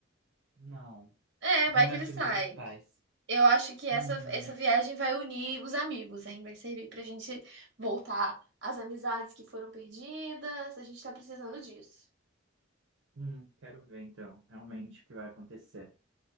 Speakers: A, on the right (about 75°); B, on the right (about 55°).
A: Não,
B: É, vai
A: não
B: que
A: é
B: ele
A: assumido
B: sai.
A: pros pais.
B: Eu acho que essa,
A: Hum,
B: essa viagem vai unir os amigos, hein? Vai servir pra gente voltar às amizades que foram perdidas. A gente tá precisando disso.
A: hum, quero ver então, realmente o que vai acontecer.